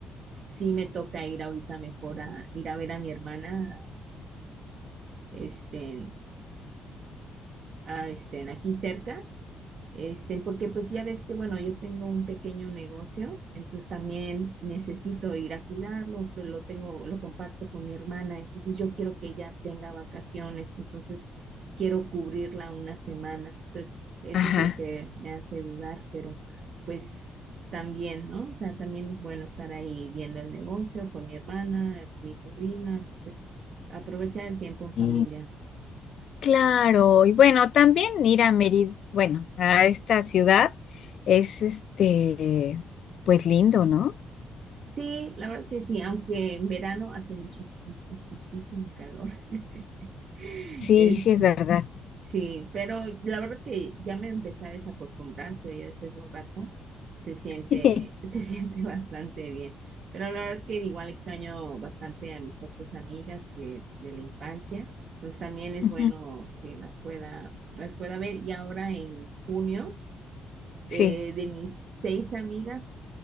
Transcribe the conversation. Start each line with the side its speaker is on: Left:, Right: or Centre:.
Right: sí me toca ir ahorita mejor a ir a ver a mi hermana este a este aquí cerca Este, porque pues ya ves que, bueno, yo tengo un pequeño negocio, entonces también necesito ir a cuidarlo, entonces lo tengo, lo comparto con mi hermana, entonces yo quiero que ella tenga vacaciones, entonces quiero cubrirla unas semanas, entonces eso
Left: Ajá.
Right: es lo que me hace dudar, pero pues también, ¿no? O sea, también es bueno estar ahí viendo el negocio con mi hermana, mi sobrina, pues aprovechar el tiempo en familia.
Left: Sí. Claro, y bueno, también ir a Mérida, bueno, a esta ciudad es este, pues lindo, ¿no?
Right: Sí, la verdad que sí, aunque en verano hace muchísimo calor. <laughs>
Left: Sí,
Right: Es-
Left: sí, es verdad.
Right: sí, pero la verdad que ya me empecé a desacostumbrar, pero ya después de un rato se siente,
Left: <laughs>
Right: <laughs> se siente bastante bien. Pero la verdad que igual extraño bastante a mis otras amigas que de la infancia, entonces también es
Left: Ujú,
Right: bueno que las pueda, las pueda ver. Y ahora en junio,
Left: Sí.
Right: eh, de mis seis amigas,